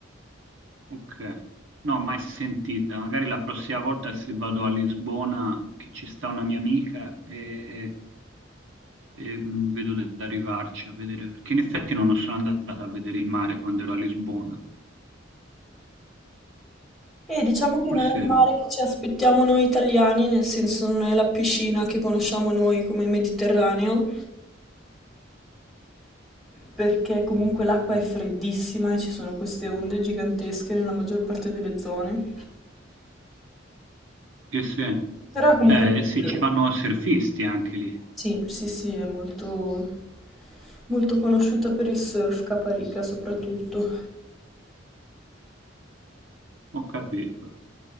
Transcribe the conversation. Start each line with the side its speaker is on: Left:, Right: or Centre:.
Right: Ok. No, mai sentita. Magari la prossima volta se vado a Lisbona, che ci sta una mia amica, e, e, mm, vedo di arrivarci a vedere, perché in effetti non sono andata a vedere il mare quando ero a Lisbona.
Centre: E diciamo che
Right: Forse,
Centre: non è il mare che ci aspettiamo noi italiani, nel senso non è la piscina che conosciamo noi come Mediterraneo, perché comunque l'acqua è freddissima e ci sono queste onde gigantesche nella maggior parte delle zone.
Right: che se,
Centre: Però è comunque
Right: eh, sì,
Centre: sì,
Right: ci vanno surfisti anche lì.
Centre: sì, sì, sì, è molto, molto conosciuta per il surf Caparica soprattutto.
Right: Ho capito,